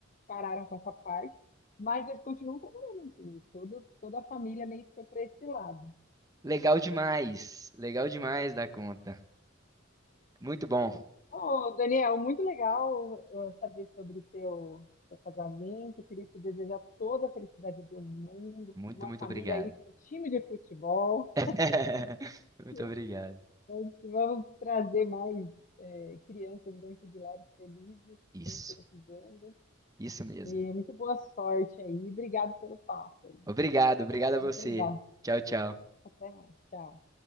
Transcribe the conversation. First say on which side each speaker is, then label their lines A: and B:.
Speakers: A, on the left; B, on the right.
A: pararam com essa parte, mas eles continuam trabalhando assim, todo, toda a família meio que foi para esse lado.
B: Legal demais. Legal demais da conta. Muito bom.
A: Ô, Daniel, muito legal eh, saber sobre o teu, teu casamento, Eu queria te desejar toda a felicidade do mundo,
B: Muito,
A: uma
B: muito
A: família
B: obrigado.
A: aí com um time de futebol,
B: <laughs> Muito
A: <laughs>
B: obrigado.
A: Vamos vamos trazer mais eh, crianças dentro de lares felizes, que
B: Isso.
A: estão precisando,
B: Isso mesmo.
A: e muito boa sorte aí, obrigado pelo papo, aí.
B: Obrigado, obrigado a você.
A: muito legal.
B: Tchau, tchau.
A: Até mais. Tchau.